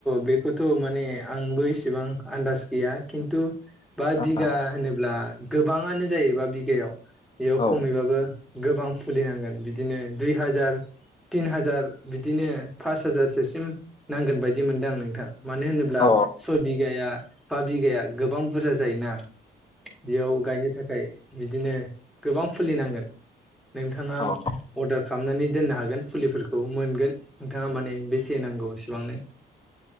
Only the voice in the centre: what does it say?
बेखौथ' माने आंबो इसेबां आन्दास गैया खिन्थु बा
बिगा होनोब्ला गोबाङानो जायो बा बिगायाव बेयाव
खमैबाबो गोबां फुलिनांगोन बिदिनो दुइ हाजार तिन हाजार बिदिनो फास हाजारसोसिम नांगोन बायदि मोनदों आं नोंथां मानो होनोब्ला
सय बि बिघा बा बिघा गोबां बुरजा जायोना बेयाव गायनो थाखाय थाखाय बिदिनो गोबां फुलि नांगोन नोंथाङा
अर्डार खालामनानै दोननो हागोन फुलिफोरखौ मोनगोन नोंथाङा माने बेसे नांगौ एसेबांनो।